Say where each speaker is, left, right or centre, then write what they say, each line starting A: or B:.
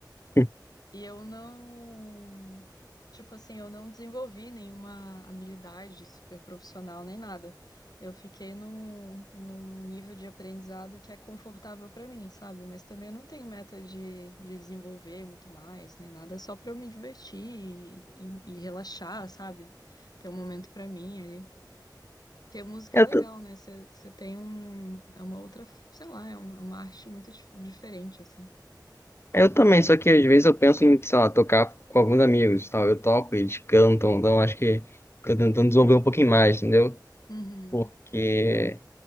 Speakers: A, on the left; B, on the left.
A: <laughs>
B: E eu não, tipo assim, eu não desenvolvi nenhuma habilidade super profissional nem nada. Eu fiquei num, num nível de aprendizado que é confortável pra mim, sabe? Mas também eu não tenho meta de, de desenvolver muito mais, nem nada. É só pra eu me divertir e, e- e relaxar, sabe? Ter um momento pra mim ali. Que música
A: eu,
B: é legal,
A: t-
B: né? Você você tem um. É uma outra. Sei lá, é um- é uma arte muito dif- diferente, assim.
A: eu também, só que às vezes eu penso em, sei lá, tocar com alguns amigos, e tal. Eu toco, eles cantam, então acho que tô tentando desenvolver um pouquinho mais, entendeu?
B: Uhum,
A: Porque.